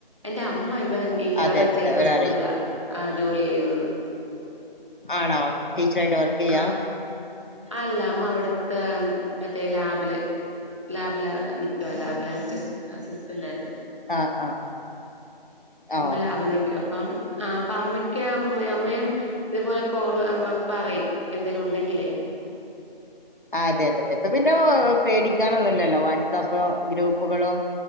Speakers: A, on the right; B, on the left.
A: എന്റെ അമ്മ ഇവ ഇയാളെ-
B: അതെ അതെ
A: ചേർത്ത
B: അവര്
A: സ്കൂളിലാ
B: അറിയിക്കും
A: ആ ജോലി ചെയ്യുന്നത്.
B: ആണോ ടീച്ചറായിട്ട് വർക്ക് ചെയ്യാ
A: ആ അല്ല അമ്മ അവിടെ- ത്തെ മറ്റേ ലാബില്- ലാബില നിക്കുവാ ലാബില്അസ് അസിസ്റ്റന്റ ആയിട്ട്.
B: ആഹ് ആഹ് ആഹ്
A: അമ്മ
B: ഓഹ്
A: ലാബിൽ നിക്കുവാ അപ്പം <unintelligible> അമ്മയും ഇതുപോലെ കോള് പറയും എന്തേലും ഉണ്ടേ ണ്ടെങ്കിലേ
B: ആഹ് അതെ അതെ അതെ ഇപ്പ പിന്നെ പേടിക്കാനൊന്നുല്ലല്ലോ വാട്സാപ്പ് ഗ്രൂപ്പുകളും